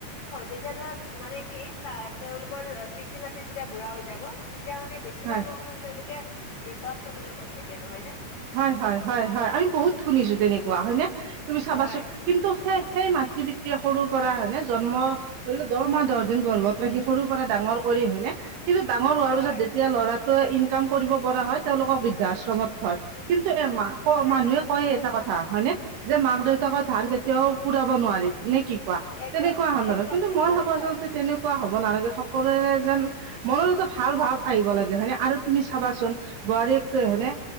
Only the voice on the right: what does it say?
হয়
হয় হয় হয় হয় আমি বহুত শুনিছোঁ তেনেকুৱা হয় নে তুমি চাবাচোন।
কিন্তু সেই সেই মাতৃ পিতৃয়ে সৰুৰ পৰা হয়নে জন্ম ধৰিল দহ মাহ দহ দিন গৰ্ভত ৰাখি সৰুৰ পৰা ডাঙৰ কৰি হয়নে। কিন্তু ডাঙৰ হোৱাৰ
পিছত যেতিয়া লৰাটোৱে ইনকাম কৰিব পৰা হয় তেওঁলোক বৃদ্ধাশ্ৰমত থয়। কিন্তু এ মাকক
মানুহে কয় এটা কথা, হা হয়নে যে মাক দেউতাকৰ ধাৰ কেতিয়াও পুৰাব নোৱাৰি নে কি।
তেনেকুৱা সন্ধাৰত
কিন্তু
মই ভাবোঁ
আচলতে
তেনেকুৱা হব নালাগে সকলোৰে যেন, মনত এটা ভাল ভাৱ আহিব লাগে হয়নে আৰু তুমি চাবাচোন বোৱাৰীকটোৱ হয়নে।